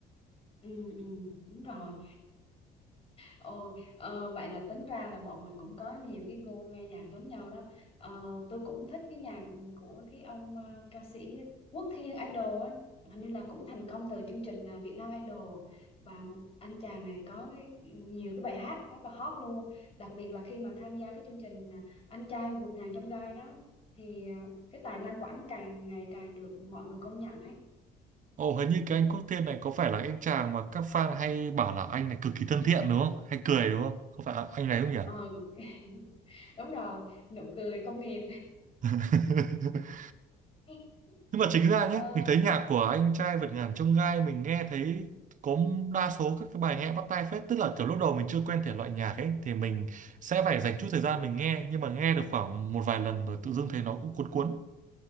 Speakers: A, on the left; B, on the right.
A: Ừ, ừ, đúng rồi. Ồ, ờ, vậy là tính ra là bọn mình cũng có nhiều cái gu nghe nhạc giống nhau đó. Ờ, tôi cũng thích cái nhạc của cái ông ờ, ca sĩ Quốc Thiên Idol á. Hình như là cũng thành công từ chương trình à, Việt Nam Idol và anh chàng này có nhiều cái bài hát rất là hot luôn. Đặc biệt là khi mà tham gia cái chương trình à, Anh trai vượt ngàn chông gai đó thì à, cái tài năng của anh càng ngày càng được mọi người công nhận ấy.
B: Ồ, hình như cái anh Quốc Thiên này có phải là anh chàng mà các fan hay bảo là anh này cực kỳ thân thiện đúng không? Hay cười đúng không? Có phải anh này không nhỉ?
A: Ờ, <laughs> đúng rồi, nụ cười công nghiệp.
B: <laughs>
A: <laughs>
B: nhưng mà chính ra
A: Ờ,
B: nhé mình thấy nhạc của anh trai vượt ngàn chông gai mình nghe thấy có đa số các cái bài nghe bắt tai phết tức là kiểu lúc đầu mình chưa quen thể loại nhạc ấy thì mình sẽ phải dành chút thời gian mình nghe nhưng mà nghe được khoảng một vài lần rồi tự dưng thấy nó cũng cuốn cuốn